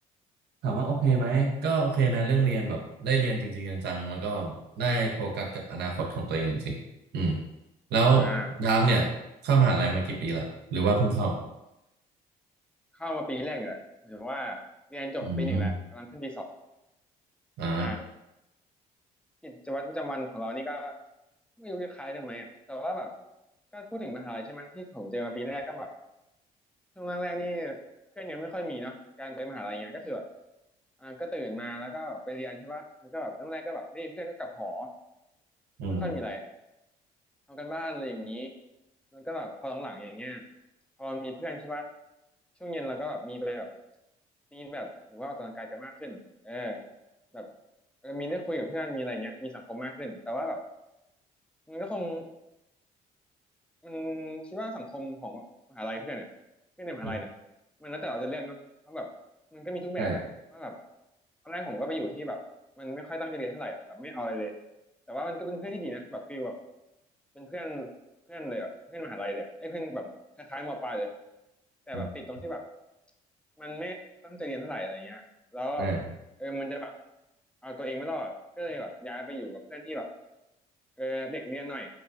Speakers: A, on the right; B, in the centre.
A: ถามว่าโอเคไหมก็โอเคนะเรื่องเรียนแบบได้เรียนจริงๆจังๆแล้วก็ได้โฟกัสกับอนาคตของตัวเองจริงๆอืมแล้ว
B: อ่า
A: ยามเนี่ยเข้ามหาลัยมากี่ปีละหรือว่าเพิ่งเข้า
B: เข้ามาปีแรกอยู่แหละหมายถึงว่าเรียนจบปีหนึ่งแล้วกำลังขึ้นปีสอง
A: อืมอ่า
B: อ่ากิจวัตรประจำวันของเรานี่ก็ไม่รู้จะคล้ายกันไหมอ่ะแต่ว่าแบบก็พูดถึงมหาลัยใช่ไหมที่ผมเจอมาปีแรกก็แบบช่วงแรกๆนี่เพื่อนยังไม่ค่อยมีเนาะการไปมหาลัยเงี้ยก็คือแบบอ่าก็ตื่นมาแล้วก็ไปเรียนใช่ป่ะแล้วก็แบบตั้งแรกก็แบบไม่เพื่อนก็กลับหอ
A: อืม
B: ไม่ค่อยมีอะไร ทำกันบ้านอะไรอย่างนี้แล้วก็แบบพอหลังๆอย่างเงี้ยพอมีเพื่อนใช่ปะช่วงเย็นเราก็แบบมีไปแบบตีแบดหรือว่าออกกำลังกายกันมากขึ้นเออแบบเออมีได้คุยกับเพื่อนมีอะไรเงี้ยมีสังคมมากขึ้นแต่ว่าแบบมันก็คง มันคิดว่าสังคมของมหาลัยเพื่อนเนี่ยเพื่อนในมหาลัยเนี่ย
A: อืม
B: มันแล้วแต่เราจะเลือกเนาะเพราะแบบมันก็มีทุกแบบแหละว่าแบบ
A: ใช
B: ตอนแรกผมก็ไปอยู่ที่แบบมันไม่ค่อยตั้งใจเรียนเท่าไหร่อ่ะแบบไม่เอาอะไรเลยแต่ว่ามันก็เป็นเพื่อนที่ดีนะแบบฟีลแบบเป็นเพื่อนเพื่อนเลยอ่ะเพื่อนมหาลัยเลยอะไอ้เพื่อนแบบคล้ายๆมปลายเลยแต่แบบติดตรงที่แบบ
A: อืม
B: มันไม่ตั้งใจเรียนเท่าไหร่อะไรเงี้ยแล้ว
A: ใช่ะ
B: เออมันจะแบบเอาตัวเองไม่รอดก็เลยแบบย้ายไปอยู่กับเพื่อนที่แบบเออเด็กเรียนหน่อย